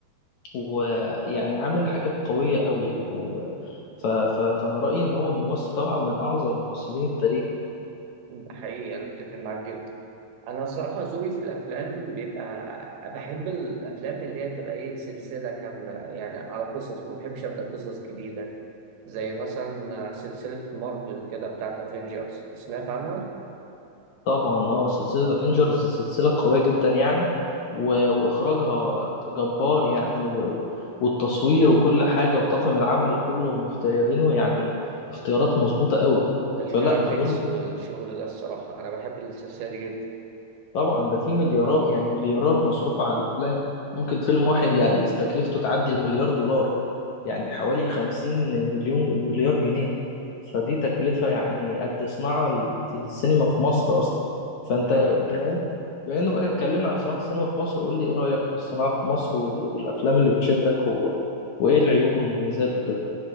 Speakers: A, on the left; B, on the right.
A: ويعني عامل حاجات قويه قوي يعني و... ف... ف... فانا رايي ان هو ممثل طبعا من اعظم ممثلين التاريخ يعني.
B: ده حقيقي أنا أتفق معاك جدا انا الصراحه ذوقي في الافلام بيبقى بحب الافلام اللي هي تبقى ايه سلسله كامله يعني على قصص ما بحبش ابدا قصص جديده زي مثلا سلسله مارفل كده بتاعت افنجرز سمعت عنها
A: طبعا اه سلسلة افنجرز سلسلة قوية جدا يعني و... واخراجها جبار يعني و... و... والتصوير وكل حاجة وطاقم العمل كله مختارينه يعني اختيارات مظبوطة قوي
B: والجرافيكس
A: فلا أظن
B: والشغل ده الصراحه انا بحب السلسله دي جدا
A: طبعا ده في مليارات يعني مليارات مصروفة على الافلام ممكن فيلم واحد يعني تكلفته تعدي المليار دولار يعني حوالي 50 مليون مليار جنيه فدي تكلفة يعني قد صناعة السينما في مصر أصلا فأنت
B: آه.
A: بما إن- بما إنه بقى اتكلمنا عن صناعة السينما في مصر قول لي إيه رأيك في الصناعة في مصر وال- والأفلام اللي بتشدك و... وإيه العيوب والمميزات وكده